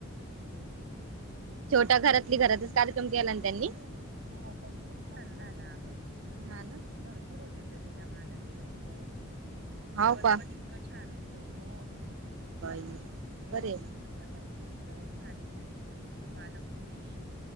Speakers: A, on the right; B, on the right.
A: हम्म
B: छोटा घरातली घरातच कार्यक्रम केला ना त्यांनी
A: हो हो पण खूप छान झाला अगं
B: हा ना
A: भरपूर होते तरी त्या मानानी लोकं जेवण
B: हाव का
A: पण इतक इतक छान होत हो
B: बाई
A: जेवण
B: बरे
A: पण मस्त ठेवलेल होत साधीपुरी, पालकपुरी